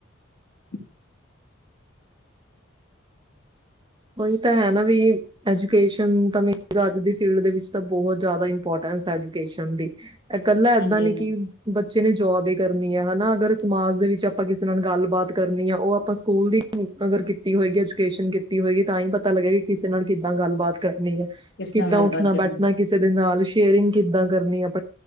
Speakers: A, on the left (about 55°); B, on the right (about 25°).
A: ਹ <inaudible>
B: ਉਹੀ ਤਾਂ ਹੈ। ਨਾ ਵੀ ਐਜੂਕੇਸ਼ਨ ਤਾਂ ਅੱਜ ਦੀ ਫੀਲਡ ਦੇ ਵਿੱਚ, ਤਾਂ ਬਹੁਤ ਜ਼ਿਆਦਾ ਇੰਪੋਰਟੈਂਸ ਹੈ। ਐਜੂਕੇਸ਼ਨ ਦੀ ਇਹ ਇਕੱਲਾ ਏਦਾਂ
A: ਹਾਂਜੀ
B: ਨੀ
A: ਮੈਮ
B: ਕਿ ਬਚ ਬੱਚੇ ਨੇ ਜੋਬ ਹੀ ਕਰਨੀ ਹੈ। ਹਨਾ ਅਗਰ ਸਮਾਜ ਦੇ ਵਿੱਚ ਆਪਾਂ ਕਿਸੇ ਨਾਲ ਗੱਲਬਾਤ ਕਰਨੀ ਆ, ਉਹ ਆਪਾਂ ਸਕੂਲ ਦੀ ਅਗਰ ਕੀਤੀ ਹੋਏਗੀ, ਐਜੂਕੇਸ਼ਨ ਕੀਤੀ ਕੀਤੀ ਹੋਏਗੀ, ਤਾਂ ਹੀ ਪਤਾ ਲਗੇਗਾ। ਕਿ ਕਿਸੇ ਨਾਲ ਕਿੱਦਾਂ ਗੱਲਬਾਤ ਕਰਨੀ ਏ
A: ਕਿਸ
B: ਕਿੱਦਾਂ
A: ਨਾਲ ਗੱਲਬਾਤ
B: ਉੱਠਣਾ,
A: ਕਰਨੀ
B: ਬੈਠਣਾ ਕਿਸੇ ਦੇ ਨਾਲ ਸ਼ੇਅਰਿੰਗ ਕਿੱਦਾਂ ਕਰਨੀ ਅਪ